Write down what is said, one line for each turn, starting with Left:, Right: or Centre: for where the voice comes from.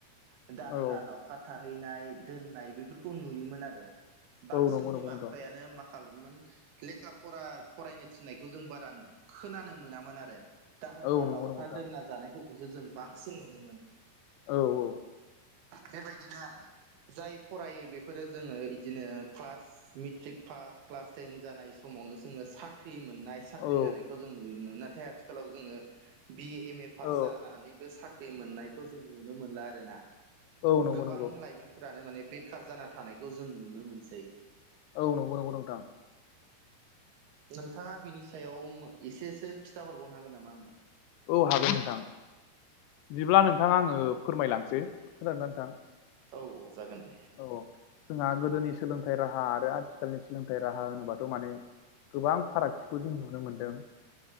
Right: हो दाहोना
Left: औ
Right: लावखार थाहैनाय दोननाय बेफोरखौ नुयोमोन आरो बांसिन
Left: औ नंगौ
Right: बिमा
Left: नंगौ नोंथां
Right: बिफायानो माखा आंखालामोन लेखा फरा फरायनो थिननायखौ जों बारा खोनानो मोनामोन आरो दाहोना
Left: औ नंगौ
Right: लावखार
Left: नंगौ नोंथां
Right: दोनना जानायफोरखौसो जों बांसिन नुनो मोनोमोन
Left: औ औ
Right: बेबायदिनो आरो जाय फरायो बेफोरो जोङो इदिनो class matric pass class ten जानाय समावनो जोङो सा ख्रि मोननाय साख्रि
Left: औ
Right: होनायखौ जों नुयोमोन नाथाय आथिखालाव जोङो बिए एम ए पास
Left: औ औ
Right: जानानैबो साख्रि मोननायखौ जों नुनो मोनला आरोना
Left: औ नंगौ
Right: गोबां
Left: नंगौ
Right: लाइमोनफोरानो माने बेखार जाना थानायखौ जों नुनो मोनसै
Left: औ नंगौ नंगौ नोंथां
Right: नोंथांआ बिनि सायाव उम एसेसो खिन्थााहरबावनो हागोन नामा आंनो
Left: औ हागोन नोंथां बिदिब्ला नोंथां आङो फोरमायलांसै खोनादोंना नोंथां
Right: औ औ जागोन दे
Left: औ जोंहा गोदोनि सोलोंथाइ राहा आरो आथिखालनि सोलोंथाइ राहा होनोबा माने गोबां फारागथिखौ जों नुनो मोनदों